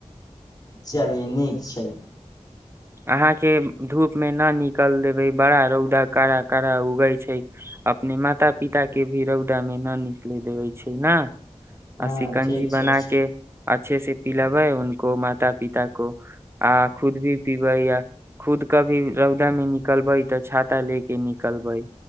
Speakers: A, on the left; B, on the right.
A: चलिए नीक छै
B: अहाँके धूप मे न निकल देबै बड़ा रौदा कड़ा कड़ा उगै छै अपने माता पिता के भी रौदा मे न निकले देबे छै ने
A: हँ
B: आ शिकंजी
A: ठीक छै
B: बना के अच्छे से पिलबै उको माता पिता को आ खुद भी खुद कभी रौदा में निकलवाई त छाता ले के